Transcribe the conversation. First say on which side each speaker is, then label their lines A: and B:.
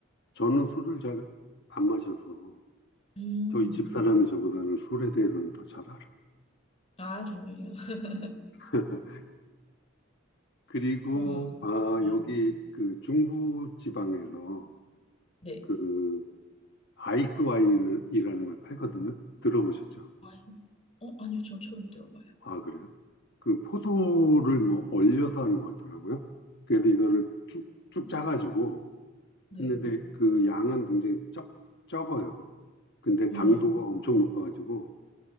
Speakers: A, on the left; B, on the left.
A: 저는 술을 잘 안 마셔서
B: 음,
A: 저희 집사람이 저보다는 술에 대해서는 더 잘 알아요.
B: 아, 정말요? <laughs>
A: <laughs> 그리고
B: 그러면,
A: 아,
B: 음,
A: 여기 그 중부 지방에서
B: 네.
A: 그 아이스 와인이라는 걸 팔거든요. 들어보셨죠?
B: 와인? 어, 아니요, 전 처음 들어봐요.
A: 아, 그래요? 그 포도를 뭐 얼려서 하는 것 같더라고요. 그래서 이거를 쭉, 쭉
B: 음,
A: 짜가지고
B: 네.
A: 했는데 그 양은 굉장히 적, 적어요. 근데
B: 음,
A: 당도가 엄청 높아가지고